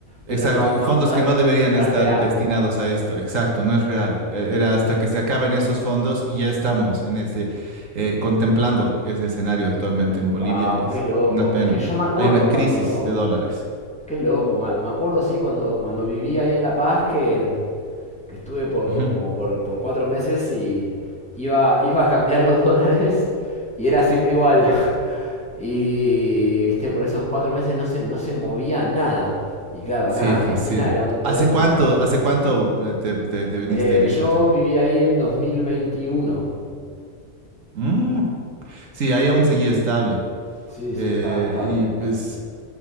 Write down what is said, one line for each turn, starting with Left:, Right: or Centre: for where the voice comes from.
Centre: pero
Right: Exacto,
Centre: no, no,
Right: y fondos
Centre: no,
Right: que no deberían
Centre: no
Right: estar
Centre: es real.
Right: destinados a esto, exacto, no es real. Eh,
Centre: Mm.
Right: Era hasta que se acaben esos fondos y ya estamos en ese, eh, contemplando ese escenario actualmente en Bolivia
Centre: Wow,
Right: y es
Centre: qué loco.
Right: una pena.
Centre: Es que yo me acuerdo
Right: Hay una crisis
Centre: cuando.
Right: de dólares.
Centre: Qué loco. ma- Me acuerdo, sí, cuando, cuando viví ahí en La Paz que, que estuve por
Right: Ujú.
Centre: como por, por cuatro meses y iba, iba a cambiar los dólares y era siempre igual. <laughs> Y viste, por esos cuatro meses no se, no se movía nada. Y claro, acá
Right: Sí,
Centre: en Argentina
Right: pues sí.
Centre: era un-
Right: ¿Hace
Centre: era una.
Right: cuánto, hace cuánto eh, te, te- te viniste
Centre: eh,
Right: de visita?
Centre: yo viví ahí en 2021.
Right: Mm. Sí, ahí aún seguía estable.
Centre: Sí, sí,
Right: Eh,
Centre: estaba estable.
Right: y pues,